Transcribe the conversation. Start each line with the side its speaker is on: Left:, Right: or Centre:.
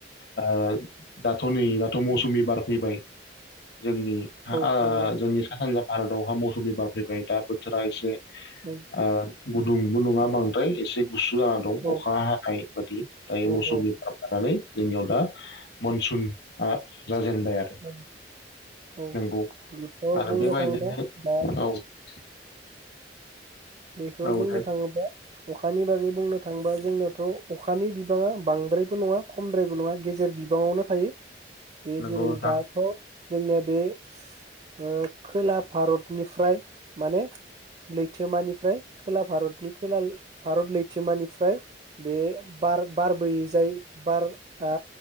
Left: ओ दा दाथ नै दाथ मौसुमि
Right: औ
Left: बार फैबाय जोंनि हाआ
Right: औ नंगौ
Left: जोंनि सा सानजा भारतावहा मौसुमि बार फैबाय दा बोथोरा एसे
Right: नंगौ
Left: आ गुदुंबो नङा बांद्राय एसे गुसु जाना दं
Right: औ
Left: अखा हानाय बादि दायो मौसुमि
Right: औ औ
Left: बार बारनानै जोंनियाव दा मनसुनआ जाजेनबाय आरो।
Right: औ औ
Left: नंगौ
Right: बेनोथ
Left: आरो
Right: बुंनो
Left: बेबायदिनो
Right: थाङोब्ला दा
Left: <unintelligible>
Right: बेखौ
Left: औ
Right: बुंनो
Left: दे
Right: थाङोबा अखानि बागै बुंनो थाङोबा जोंनियाव थ अखानि बिबाङा बांद्रायबो नङा खमद्रायबो नङा गेजेर बिबाङावनो थायो। बेे
Left: नंगौ
Right: जेरै
Left: नोंथां
Right: दाथ जोंनिया बे ओ खोला भारतनिफ्राय माने लैथोमानि निफ्राय खोला भारतनि खोला भारत लैथोमानिफ्राय बे बार बारबोयै जाय बारआ